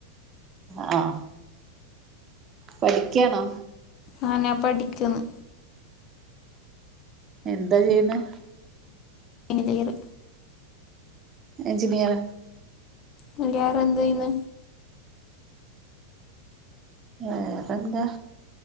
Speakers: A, on the right; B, on the left.
A: ആഹ് പഠിക്കാണോ
B: ആഹ് ഞാൻ പഠിക്കുന്നു
A: എന്താ ചെയ്യ്ന്നെ
B: എനിതേര്
A: എഞ്ജിനിയർ
B: നിന്റിയാറ് എന്ത്‌ ചെയ്യന്ന്
A: വെറെന്ത